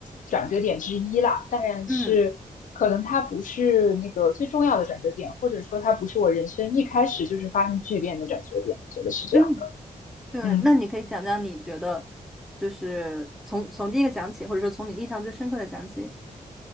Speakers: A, on the left; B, in the centre.
A: 转折点之一啦，但是可能它不是那个最重要的转折点，
B: 嗯
A: 或者说它不是我人生一开始就是发生巨变的转折点，我觉得是这样的。
B: 嗯。对，
A: 嗯。
B: 那你可以讲讲你觉得，就是从从第一个讲起，或者说从你印象最深刻的讲起。